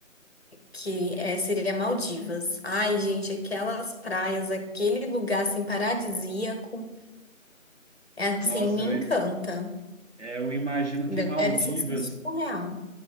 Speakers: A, on the left; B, on the right.
A: que é, seria Maldivas. Ai, gente, aquelas praias, aquele lugar assim paradisíaco, é assim,
B: Nossa,
A: me encanta.
B: eu, é, eu imagino
A: Deve
B: que Maldivas.
A: ser assim, surreal.